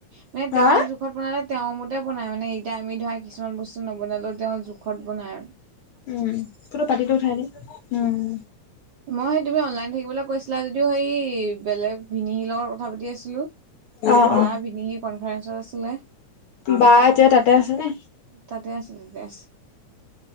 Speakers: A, on the right; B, on the left.
A: মানে তেওঁৰ
B: হা
A: যোক জোখত বনালে তেওঁৰ মতে বনায় মানে এতিয়া আমি ধৰা কিছুমান বস্তু নবনালেও তেওঁৰ জোখত বনায়
B: উম ফটো পাতিটো উঠাই আনি উম
A: মই সেই তুমি অনলাইন থাকিবলৈ কৈছিলা যদিও সেই বেলেগ ভিনিৰলগত কথা পাতি আছিলো
B: অ
A: বা
B: অ।
A: বিনি কনফাৰেঞ্চত আছিলে
B: বা এতিয়া তাতে আছে নে
A: তাতে আছে তাতে আছে